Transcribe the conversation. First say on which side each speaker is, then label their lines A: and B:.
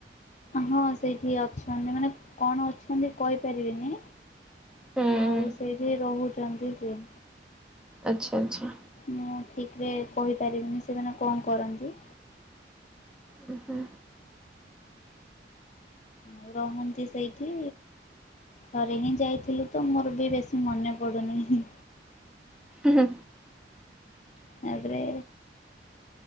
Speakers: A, on the left (about 40°); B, in the centre.
A: ହଁ ସେଇଠି ଅଛନ୍ତି ମାନେ କଣ ଅଛନ୍ତି କହିପାରିବିନି
B: ହୁଁ
A: ଆଉ ସେଇଠି ରହୁଛନ୍ତି ସେ
B: ଆଚ୍ଛା-ଆଚ୍ଛା।
A: ମୁଁ ଠିକ୍ ରେ କହିପାରିବିନି ସିଏ ମାନେ କଣ କରନ୍ତି।
B: ଉ ହୁଁ।
A: ଆ ରହନ୍ତି ସେଇଠି ଥରେ ହିଁ ଯାଇଥିଲୁ ତ ମୋର ବି ବେଶୀ ମନେ ପଡ଼ୁନି।
B: ହୁଁ।
A: ତାପରେ